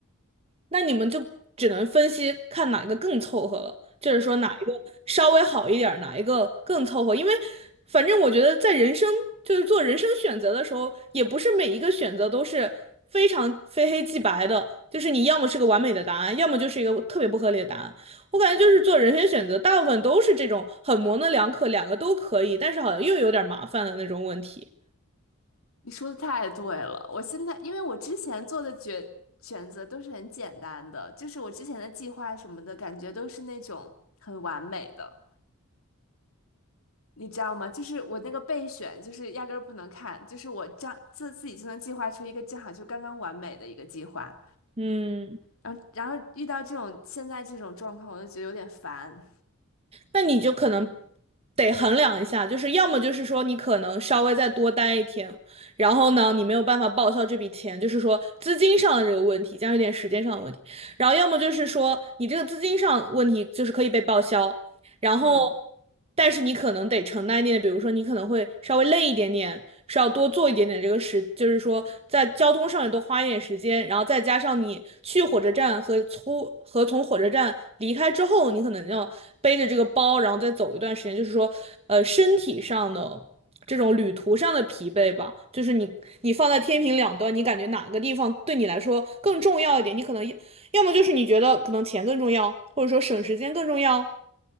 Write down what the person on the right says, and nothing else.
那你们就只能分析看哪一个更凑合了，就是说哪一个稍微好一点儿哪一个更凑合。因为反正我觉得在人生就是做人生选择的时候，也不是每一个选择都是非常非黑即白的，就是你要么是个完美的答案，要么就是一个特别不合理的答案。我感觉就是做人生选择，大部分都是这种很模棱两可，两个都可以，但是好像又有点儿麻烦的那种问题。
嗯。
那你就可能得衡量一下，就是要么就是说你可能稍微再多待一天，然后呢，你没有办法报销这笔钱，就是说资金上的这个问题，加上一点时间上的问题，然后要么就是说你这个资金上问题就是可以被报销，然后，
但是你可能得承担一点点，比如说你可能会稍微累一点点，是要多做一点点这个时，就是说在交通上也多花一点时间，然后再加上你去火车站和出和从火车站离开之后，你可能要背着这个包，然后再走一段时间，就是说，呃，身体上的。这种旅途上的疲惫吧，就是你你放在天平两端，你感觉哪个地方对你来说更重要一点？你可能要要么就是你觉得可能钱更重要，或者说省时间更重要，